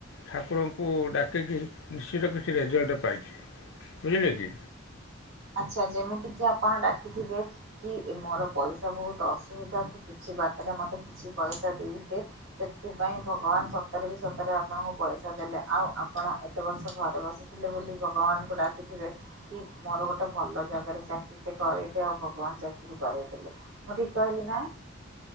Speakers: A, on the left; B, on the right.
A: ଠାକୁରଙ୍କୁ ଡାକିକି। ନିଶ୍ଚିତ କିଛି ରେଜଲ୍ଟ ପାଇଛି ବୁଝିଲେ କି?
B: ଆଚ୍ଛା ଯେମିତି କିି ଆପଣ ଡାକିଥିବେ।। କି ମୋର ପଇସା ବହୁତ ଅସୁବିଧା। କି କିଛି ବାଟରେ ମତେ କିଛି ପଇସା ଦେଇଦେ। ସେଥିପାଇଁ ଭଗବାନ ସତରେ ବି ସତରେ ଆପଣଙ୍କୁ ପଇସା ଦେଲେ। ଆଉ ଆପଣ ଏତେ ବର୍ଷ ଘରେ ବସି। ଥିଲେ ବୋଲି ଭଗବାନଙ୍କୁ ଡାକିଥିବେ। କି ମୋର ଗୋଟେ, ଗୋଟେ ଭଲ ଜାଗାରେ ଚାକିରି ଟେ କରଇଦିଅ। ଆଉ ଭଗବାନ ଚାକିରୀ କରେଇଦେଲେ, ମୁଁ ଠିକ କହିଲି ନା।